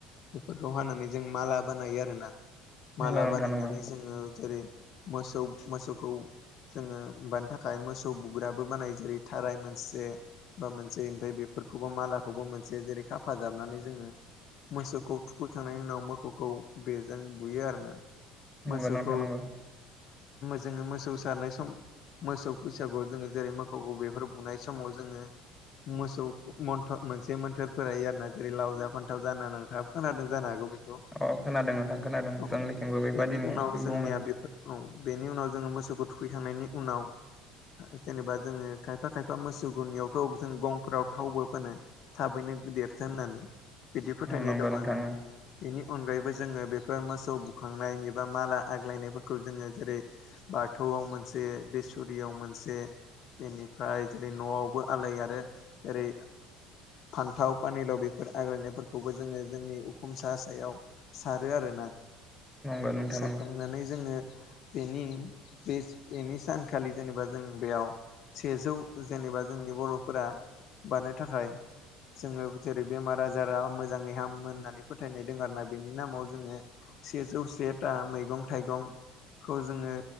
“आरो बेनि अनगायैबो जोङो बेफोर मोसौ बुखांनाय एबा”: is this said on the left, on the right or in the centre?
Left